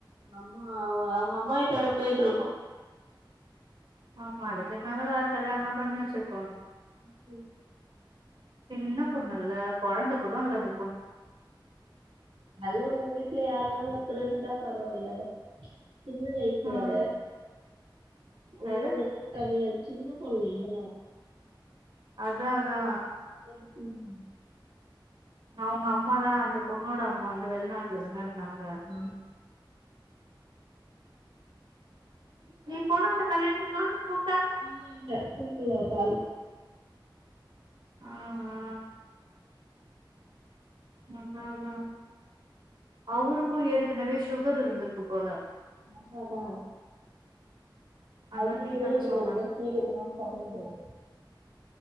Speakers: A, on the right; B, on the right.
A: ஆமா அவுங்க அம்மா வீட்டோட போயிட்டு இருக்கு
B: ஆமா அதுக்கு இன்னேரோ வேற கல்யாணல்லா பண்ணி வச்சிருப்பாங்க
A: ம்
B: சின்ன பொண்ணு இல்ல குழந்த கூட இல்ல அது
A: அதுவு வீட்ல யாருனாலு ஒருத்தரு இருந்தா பரவாயில்ல சின்ன வயசு
B: ஆ
A: வேற அது
B: யாரு
A: எவ்ளோனலு கறையாது சின்ன பொண்ணு இல்ல
B: அதா அதா
A: ரொம்ப சின்ன பொண்ணு
B: அவுங்க அம்மா தா அந்த பொண்ணோட அம்மா வந்து வெளிநாட்ல தான இருந்தாங்க
A: ம்
B: நீ போன அந்த கல்யாணத்துக்குல்லா என்ன கூப்டா
A: இல்ல இல்ல கூப்பில்ல <unintelligible>
B: ஆ ஆ அதா அதா அவருக்கு ஏற்கனவே சுகர் இருந்திருக்கு போல
A: அதா அதா
B: அத
A: அதுலையே
B: நீ தான
A: இருக்காங்கே
B: சொன்ன
A: சீக்கிரமா <unintelligible>